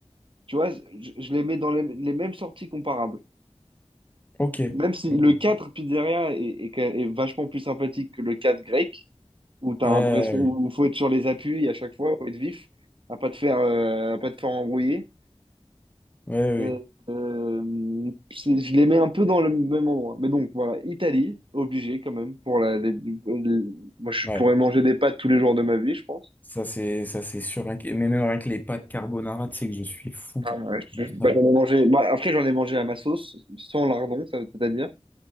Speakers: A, on the right; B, on the left.
A: Tu vois, je, je les mets dans les, les mêmes sorties comparables.
B: Ok.
A: Même si
B: Ok.
A: le 4 pizzeria est, est quand même- est vachement plus sympathique que le 4 grec, où t'as
B: Ouais,
A: l'impression
B: ouais,
A: où où faut être sur les appuis à chaque fois, faut être vif, à pas te faire euh, à pas te faire embrouiller.
B: ouais.
A: Euh, euh, c'est- je les mets un peu dans le même endroit. Mais donc voilà, Italie, obligé quand même pour la. les- les- moi, je
B: ouais.
A: pourrais
B: Ouais.
A: manger des pâtes tous les jours de ma vie, je pense.
B: Ça, c'est, ça, c'est sûr. Mais même avec les pâtes carbonara, tu sais que je suis fou
A: Ah ouais, je-
B: de
A: bah,
B: ça.
A: j'en ai mangé. bah, après, j'en ai mangé à ma sauce, sans lardon, ça- c'est-à-dire.